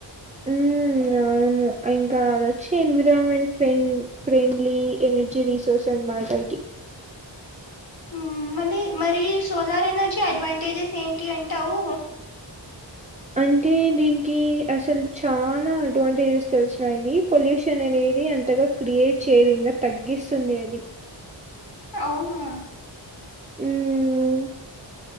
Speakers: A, on the right; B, on the left.
A: మ్ అవును ఇంకా అది వచ్చి ఎన్విరాన్మెంట్ ఫ్రెం ఫ్రెండ్లీ ఎనర్జీ రీసోర్స్ అనమాట ఇది
B: మ్ మళ్ళీ మరి సోలార్ ఎనర్జీ అడ్వాంటేజెస్ ఏంటి అంటావు
A: అంటే దీనికి అసలు చాలా అడ్వాంటేజెస్ తెలిసినయిది పొల్యూషన్ అని ఇది అంతగా క్రియేట్ చేయదు ఇంకా తగ్గిస్తుంది అది
B: అవునా
A: మ్